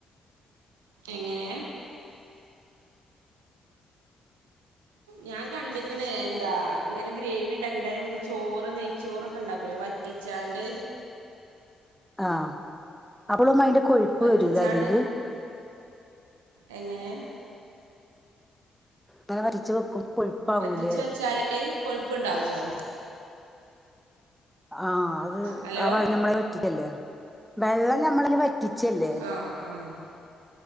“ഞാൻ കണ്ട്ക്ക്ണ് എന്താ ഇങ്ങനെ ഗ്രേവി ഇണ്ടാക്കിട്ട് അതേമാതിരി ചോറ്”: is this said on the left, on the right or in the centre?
Right